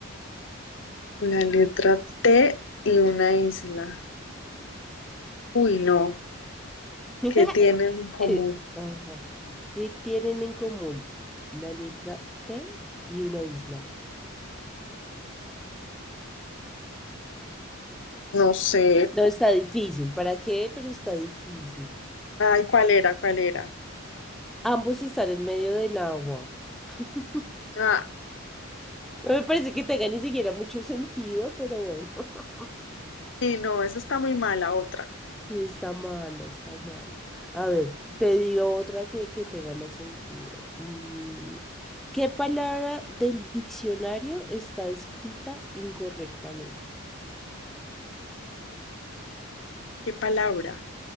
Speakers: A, on the left; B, in the centre.
A: La letra T y una isla. Uy, no,
B: <laughs>
A: ¿qué tienen en común?
B: Eh, ajá. ¿Qué tienen en común la letra T y una isla?
A: No sé.
B: No, está difícil. ¿Para qué? Pero está difícil.
A: Ay, ¿cuál era? ¿Cuál era?
B: Ambos están en medio del agua. <laughs>
A: Ah,
B: No me parece que tenga ni siquiera mucho sentido, pero bueno. <laughs>
A: y no, esa está muy mala, otra.
B: Sí, está mala, está mala. A ver, te digo otra que, que tenga más sentido. Mm, ¿Qué palabra del diccionario está escrita incorrectamente?
A: ¿Qué palabra?